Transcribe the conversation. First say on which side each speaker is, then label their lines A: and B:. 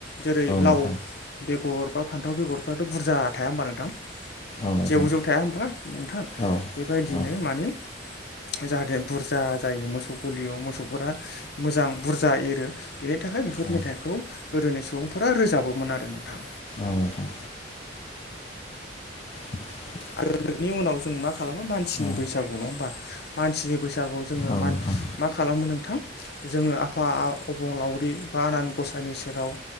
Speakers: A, on the left; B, on the left.
A: जेरै
B: औ नोंथां
A: लाव बेगर बा फान्थाव बेगरफ्राथ' बुरजा थाया होमबा नोंथां?
B: औ नोंथां
A: जेव जेव थाया होमबा नोंथां
B: औ
A: बेबायदिनो
B: औ
A: माने जाहाथे बुरजा जायो मोसौ गलियाव मोसौफोरा मोजां बुरजा एरो। बेनि थाखाय बेफोर
B: औ
A: मेथाइखौ गोदोनि सुबुंफोरा रोजाबोमोन आरो नोंथां।
B: औ नोंथां <inaudible>
A: आरो बेनि उनाव जों मा खालामो मानसिनि
B: औ
A: बैसागु नङा होमबा मानसिनि बैसागुआव जोङो
B: औ
A: मान
B: नोंथां
A: मा खालामो नोंथां? जोङो आफा आ अबंलावरि बा आनान गसायानि सेराव